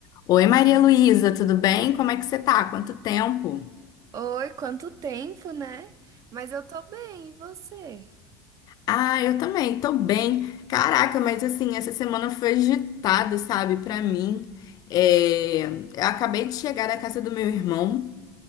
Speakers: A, on the left; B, on the right.
A: Oi, Maria Luísa, tudo bem? Como é que você tá? Quanto tempo?
B: Oi, quanto tempo, né? Mas eu tô bem, e você?
A: Ah, eu também, tô bem. Caraca, mas assim, essa semana foi agitada, sabe, pra mim. É, Eu acabei de chegar da casa do meu irmão